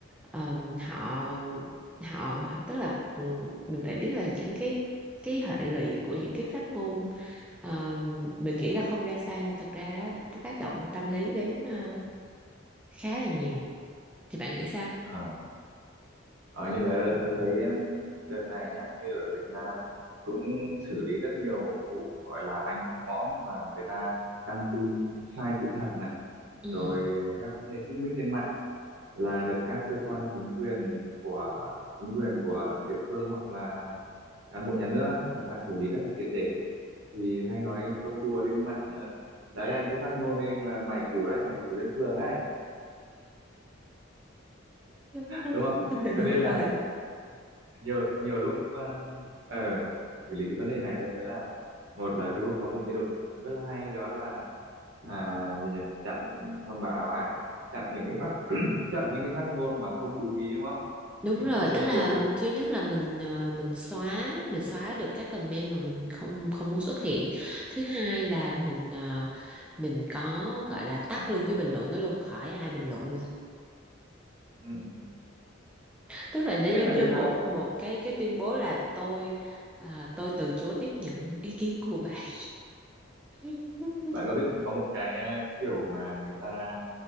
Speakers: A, in the centre; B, on the right (about 70°).
A: ờ, họ họ tức là ừ, mình phải biết là những cái cái hệ lụy của những cái phát ngôn ờ, mình nghĩ là không ra sao nhưng thật ra đó, nó tác động tâm lý đến ờ, khá là nhiều thì bạn nghĩ sao
B: ờ Ờ, như thế tôi thấy em, đợt này nhá như ở Việt Nam cũng xử lý rất nhiều vụ gọi là anh mõm mà người ta đăng tin sai sự thật này
A: ừ
B: rồi các vấn đề xích mích trên mạng là được các cơ quan chính quyền của chính quyền của địa phương hoặc là cán bộ nhà nước á, người ta xử lý rất là triệt để thì hay nói câu đùa trên mạng là đấy anh cứ phát ngôn đi là bảy củ đấy bảy củ đến phường ấy
A: <laughs>
B: <laughs> đúng không cho
A: đúng
B: nên là
A: rồi
B: nhiều nhiều lúc ờ ờ, xử lý cái vấn đề này tôi thấy là một là Facebook có một chế độ rất là hay đó là à, gì nhỉ chặn thông báo à chặn những cái phát chặn những cái phát ngôn mà không đúng ý đúng không
A: Đúng
B: những cái
A: rồi,
B: phát ngôn
A: tức là
B: tiêu cực
A: thứ nhất là mình ờ, mình xóa mình xóa được các comment mà mình không không muốn xuất hiện. Thứ hai là mình ờ, mình có gọi là
B: ẩn
A: tắt luôn
B: ẩn.
A: cái bình luận đó luôn, khỏi ai bình luận luôn.
B: ừ. ừ.
A: Tức là nó
B: thế
A: giống
B: mà người
A: như một
B: ta vẫn-
A: một cái cái tuyên bố là tôi ờ, tôi từ chối tiếp nhận ý kiến của bạn. <laughs>
B: bạn có biết có một cái à, kiểu mà người ta